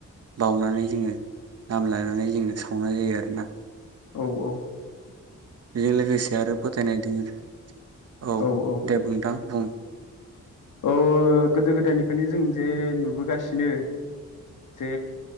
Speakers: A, on the right (about 55°); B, on the left (about 80°).
A: बावनानै जोङो नाम लानानै जोङो सावनाय जायो आरोना।
B: औ औ
A: बेजों लोगोसे आरो फोथायनाय दङो औ
B: औ औ
A: दे बुं नोंथां बुं
B: औ गोदो गोदायनि फायनि जों जे नुबोगासिनो जे